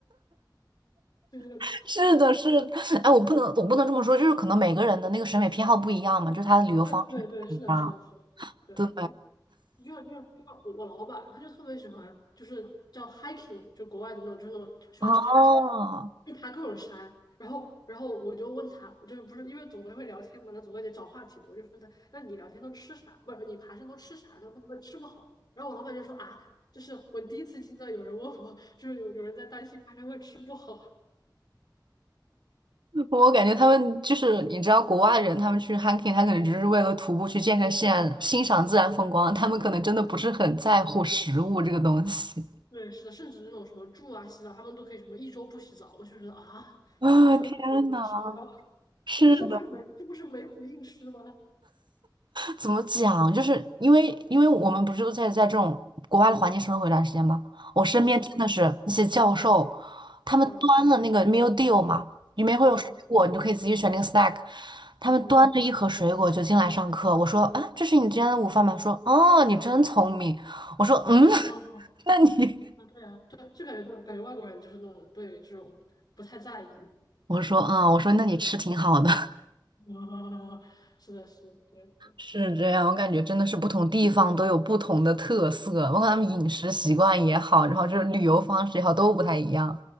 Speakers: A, on the left; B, on the right.
A: 就是
B: <laughs> 是的，是的，<laughs> 哎，我不能我不能这么说，就是可能每个人的那个审美偏好不一样嘛，就是他的旅游方式不一样。
A: 对对对，是的，是的，是的，是的，对。
B: 对，
A: 就像就像就像我我老板，他就特别喜欢，就是叫 hiking，就国外的那种，就是那种喜欢去爬山，
B: 哦，
A: 去爬各种山。然后，然后我就问他，就是不是因为总归会聊天嘛，那总归得找话题嘛。我就问他，那你聊天都吃啥？不是你爬山都吃啥那会不会吃不好？然后我老板就说啊，就是我第一次听到有人问我，就是有有人在担心爬山会吃不好。
B: 我感觉他们就是你知道，国外人他们去 hiking，他可能只是为了徒步去健身自然、欣赏自然风光，他们可能真的不是很在乎食物这个东西。
A: 对，是的，甚至那种什么住啊、洗澡，他们都可以什么一周不洗澡，我就觉得啊，
B: 啊、
A: 那这个苦我们吃不了，
B: 天呐，
A: <laughs>
B: 是的，
A: 我说这不是没这不是没苦硬吃吗？
B: 怎么讲？就是因为因为我们不是都在在这种国外的环境生活一段时间吗？我身边真的是那些教授，
A: 对，
B: 他们端了那个
A: 嗯
B: meal deal 嘛，里面会有水果，
A: 嗯，
B: 你就可以自己选那个 snack。他们端着一盒水果就进来上课，
A: 对，嗯
B: 我说啊，这是你今天的午饭吗？说哦，你真聪明。我说嗯，
A: 嗯嗯，
B: <laughs> 那你，
A: 嗯啊对啊，对，就感觉那种感觉外国人就是那种对这种不太在意，
B: <laughs> 我说啊、我说那你吃挺好的。
A: <laughs> 啊，是的，是的，对。
B: 是这样，我感觉真的是不同地方都有不同的特色，包括他们饮食习惯也好，然后就是旅游方式也好，都不太一样。